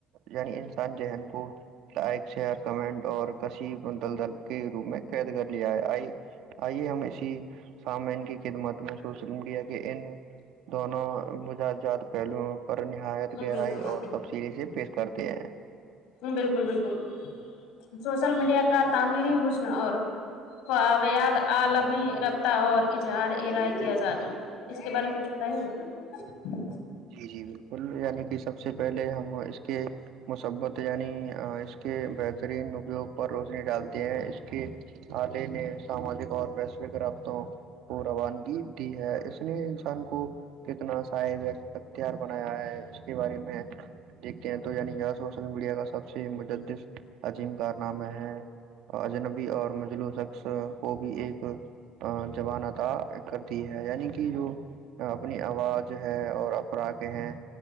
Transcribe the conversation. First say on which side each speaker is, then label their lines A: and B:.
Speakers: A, on the right (about 70°); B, on the left (about 85°).
A: یعنی انسان ذہن کو لائک شیئر کمنٹ اور کش دل دل کے روپ میں قید کر لیا ہے آئی آئیے ہم اسی سامین کی خدمت میں سوشل میڈیا کے ان دونوں مجا جات پہلوؤں پر نہایت گہرائی
B: بالکل بالکل
A: اور تفصیلی سے پیش کرتے ہیں
B: بالکل بالکل سوشل میڈیا کا تعمیری حسن اور فویاد عالمی اور اظہارے رائے کی آزادی اس کے بارے میں کچھ بتائیں گے
A: جی جی بالکل یعنی کہ سب سے پہلے ہم اس کے مثبت یعنی اس کے بہترین اپیوگ پر روشنی ڈالتے ہیں اس کے آلے نے ساماجک اور ویشوک رابطوں کو روانگی دی ہے اس نے انسان کو کتنا سا ہتار بنایا ہے اس کے بارے میں دیکھتے ہیں تو یعنی سوشل میڈیا کا سب سے مج عظیم کارنامہ ہے اجنبی اور مجلوس وہ بھی ایک جوان آتا کرتی ہے یعنی کہ جو اپنی آواز ہے اور افرق ہیں